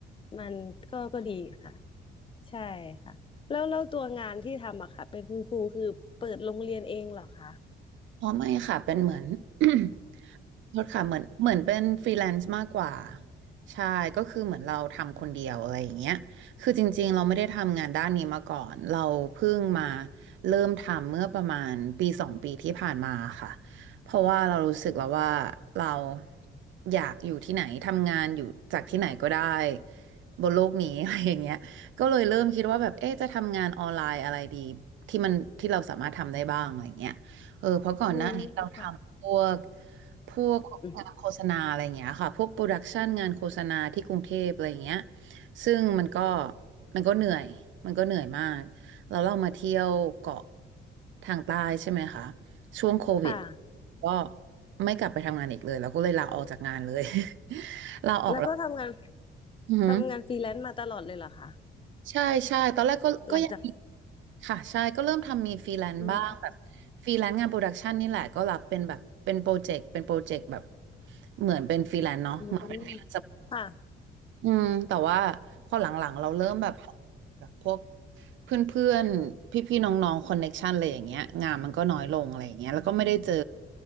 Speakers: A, on the left; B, on the right.
A: มันก็ก็ดีค่ะใช่ค่ะแล้วแล้วตัวงานที่ทำอะค่ะเป็นคุณครูคือเปิดโรงเรียนเองเหรอคะ
B: อ๋อไม่ค่ะเป็นเหมือน <coughs> โทษค่ะเหมือนเหมือนเป็นฟรีแลนซ์มากกว่าใช่ก็คือเหมือนเราทำคนเดียวอะไรอย่างเงี้ยคือจริงๆเราไม่ได้ทำงานด้านนี้มาก่อนเราเพิ่งมาเริ่มทำเมื่อประมาณปีสองปีที่ผ่านมาค่ะเพราะว่าเรารู้สึกแล้วว่าเราอยากอยู่ที่ไหนทำงานอยู่จากที่ไหนก็ได้บนโลกนี้ <laughs> อะไรอย่างเงี้ยก็เลยเริ่มคิดว่าแบบเอ๊ะจะทำงานออนไลน์อะไรดีที่มันที่เราสามารถทำได้บ้างอะไรอย่างเงี้ย เออเพราะก่อนหน้านี้เราทำพวก
A: อืมค่ะ
B: พวกงานโฆษณาอะไรอย่างเงี้ยค่ะพวกโปรดักชันงานโฆษณาที่กรุงเทพอะไรอย่างเงี้ย
A: อืม
B: ซึ่งมันก็มันก็เหนื่อยมันก็เหนื่อยมากเราเรามาเที่ยวเกาะทางใต้ใช่ไหมคะช่วงโควิด
A: ค่ะ
B: ก็ไม่กลับไปทำงานอีกเลยเราก็เลยลาออกจากงานเลย <laughs> ลาออกแล้ว
A: แล้วก็ทำงาน
B: อือหือ
A: ทำงานฟรีแลนซ์มาตลอดเลยเหรอคะ
B: ใช่ใช่ตอนแรกก็ก็ยัง
A: หลังจาก
B: ค่ะใช่ก็เริ่มทำมีฟรีแลนซ์บ้างแบบ
A: อืม
B: ฟรีแลนซ์งานโปรดักชันนี่แหละก็รับเป็นแบบเป็นโปรเจกต์เป็นโปรเจกต์แบบเหมือนเป็นฟรีแลนซ์เนาะเหมือนเป็น
A: อืมค่ะ
B: อืมแต่ว่าพอหลังๆเราเริ่มแบบแบบพวกเพื่อนๆพี่ๆน้องๆคอนเน็กชันอะไรอย่างเงี้ยงานมันก็น้อยลงอะไรอย่างเงี้ยแล้วก็ไม่ได้เจอ